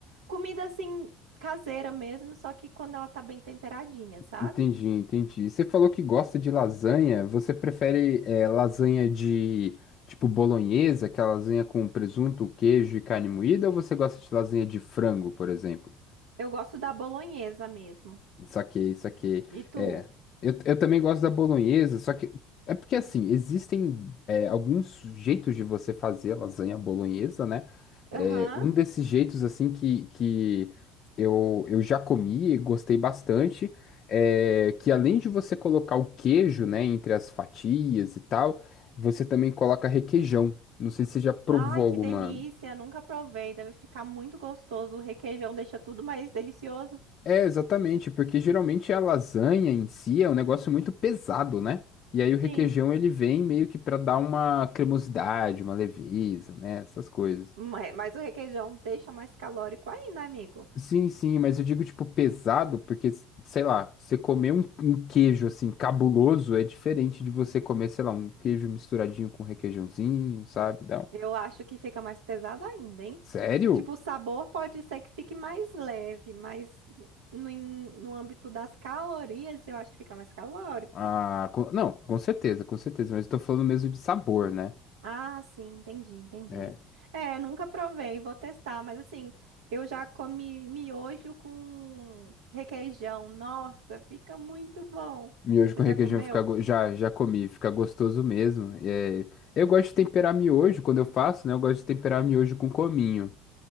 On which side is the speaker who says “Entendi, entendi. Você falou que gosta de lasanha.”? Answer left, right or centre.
Left